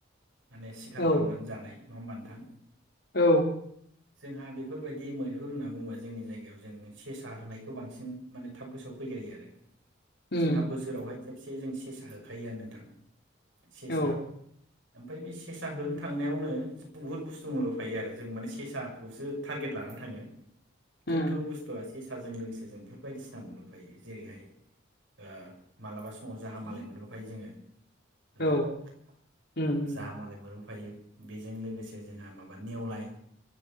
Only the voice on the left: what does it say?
औ
औ
उम
औ
उम
औ उम